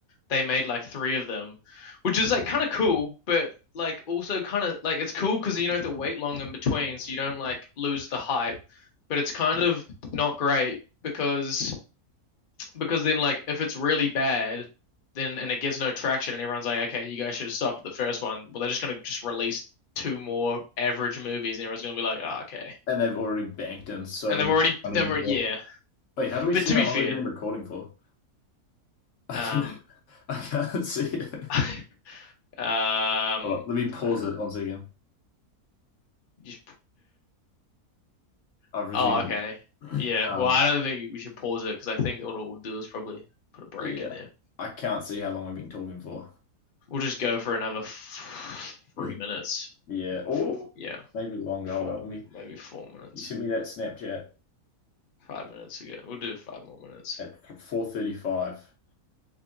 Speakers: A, on the left; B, on the left.
A: they made like three of them which is like kind of cool but like also kind of like it's cool because you don't have to wait long in between so you don't like lose the hype but it's kind of not great because because then, like, if it's really bad, then and it gets no traction, and everyone's like, okay, you guys should have stopped at the first one. Well, they're just gonna just release two more average movies, and everyone's gonna be like, oh, okay.
B: And they've already banked in so
A: And they've
B: much
A: already,
B: money
A: they've
B: into
A: already,
B: it.
A: yeah.
B: Wait, how do we
A: But
B: see
A: to
B: how
A: be
B: long
A: fair,
B: we've been recording for? I
A: um,
B: can, <laughs> I can't see it.
A: <laughs> um,
B: Hold on, let me
A: <sighs>
B: pause
A: uh,
B: it once again.
A: just,
B: I've
A: <gasps>
B: resumed
A: oh, okay,
B: it. <clears throat>
A: yeah.
B: Um,
A: Well, I don't think we should pause it because I think what we'll do is probably put a break
B: yeah,
A: in there.
B: I can't see how long we've been talking for.
A: We'll just go for another f three
B: <clears throat>
A: minutes,
B: Yeah, or
A: four, yeah,
B: maybe long gold.
A: four,
B: Let me.
A: maybe four minutes.
B: You sent me that Snapchat
A: Five minutes again. We'll do five more minutes.
B: at four thirty-five.